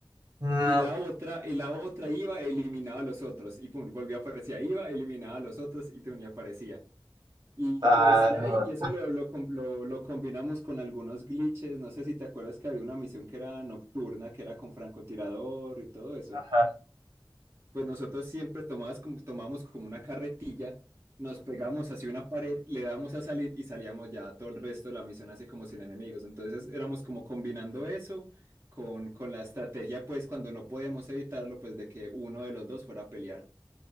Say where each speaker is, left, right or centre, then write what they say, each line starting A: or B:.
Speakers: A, on the right; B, on the right.
A: Mm,
B: y la otra, y la otra iba, eliminaba a los otros y pum, volvía a aparecer, iba, eliminaba a los otros y pum, y aparecía. Y
A: ah,
B: pues ya,
A: no.
B: y y eso lo, lo, com- lo- lo combinamos con algunos glitches. No sé si te acuerdas que había una misión que era nocturna, que era con francotirador y todo eso.
A: Ajá.
B: Pues nosotros siempre tomabas como- tomamos como una carretilla, nos pegamos hacia una pared, le damos a salir y salíamos ya todo el resto de la misión así como sin enemigos. Entonces éramos como combinando eso con, con la estrategia, pues cuando no podíamos evitarlo, pues de que uno de los dos fuera a pelear.